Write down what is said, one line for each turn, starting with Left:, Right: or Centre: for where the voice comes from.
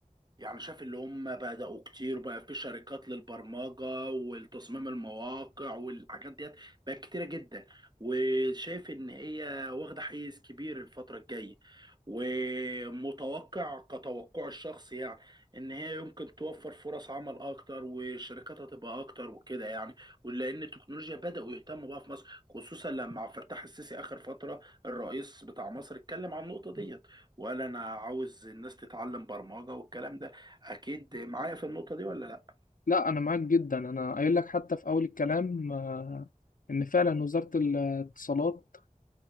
Right: يعني شاف اللي هم بدأوا كتير وبقى في شركات للبرمجة والتصميم المواقع والحاجات ديت بقت كتيرة جدا وشايف ان هي واخدة حيز كبير الفترة الجاية ومتوقع كتوقع الشخص يعني ان هي يمكن توفر فرص عمل اكتر والشركات هتبقى اكتر وكده يعني ولان التكنولوجيا بدأوا يهتموا بقى في مصر خصوصا لما عبد الفتاح السيسي اخر فترة الرئيس بتاع مصر اتكلم عن النقطة ديت وقال انا عاوز الناس تتعلم برمجة والكلام ده اكيد معايا في النقطه دي ولا لا
Left: لا انا معاك جدا انا قايل لك حتى في اول الكلام آه، ان فعلا وزارة الاتصالات